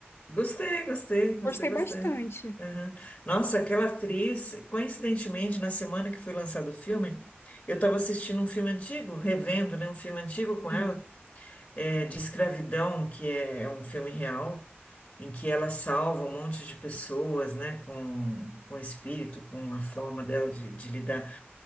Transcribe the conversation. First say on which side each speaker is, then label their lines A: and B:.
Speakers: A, on the left (about 30°); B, on the left (about 75°).
A: Gostei, gostei, gostei
B: Gostei
A: bastante.
B: bastante.
A: Aham. Nossa, aquela atriz, coincidentemente, na semana que foi lançado o filme, eu estava assistindo um filme antigo, revendo, né, um filme antigo com
B: Sim.
A: ela, é, de escravidão, que é é um filme real, em que ela salva um monte de pessoas, né, com, com o espírito, com a forma dela de, de lidar.